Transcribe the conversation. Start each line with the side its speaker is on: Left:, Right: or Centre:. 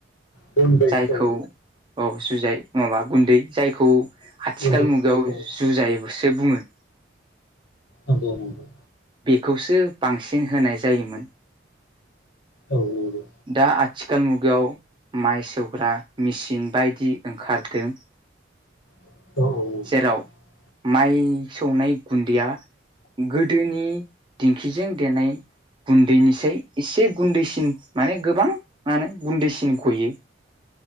Left: गुन्दैखौ
Right: जायखौ औ जुजाय माबा गुन्दै जायखौ आथिखाल
Left: गुन्दैखौ
Right: मुगायाव जुजायसो बुङो
Left: नंगौ' नंगौ
Right: खौसो बांसिन होनाय जायोमोन।
Left: औ नोंगौ
Right: दा आथिखाल मुगायाव माइ सौग्रा मेसिन बायदि ओंखारदों।
Left: औ
Right: जेराव माइ सौनाय गुन्दैया गोदोनि दिंखिजों देनाय गुन्दैनिसाय एसे गुन्दैसिन माने गोबां मानो गुन्दैसिन गयो